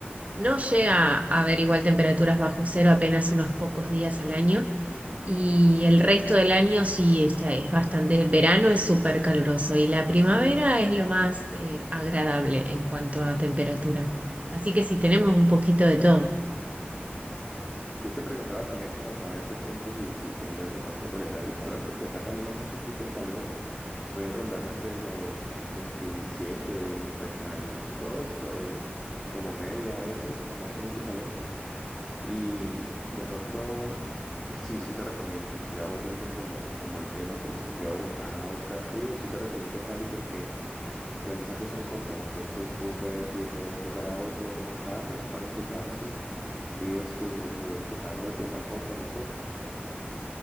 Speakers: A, on the right; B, in the centre.
A: no llega a haber igual temperaturas bajo cero apenas unos pocos días al año. Y el resto del año sí, está, es bastante, el verano es súper caluroso y la primavera es lo más eh, agradable en cuanto a temperatura. Así que sí, tenemos un poquito de todo.
B: Ujú. Yo te preguntaba también para saber de pronto si, si podías de pronto tolerar el calor, porque acá también hace un poquito de calor, puede rondar entre los 27 y 32, eh, como media a veces cuando hace mucho calor. Y mm, de pronto, sí, sí te recomiendo, ya volviendo como, como al tema, como que fui a Bogotá a buscar frío, sí te recomiendo Cali porque... Las distancias son cortas, entonces tú puedes ir de un lugar a otro en un carro, pagas tu taxi, pides tu, tu, tu carro de plataforma, no sé,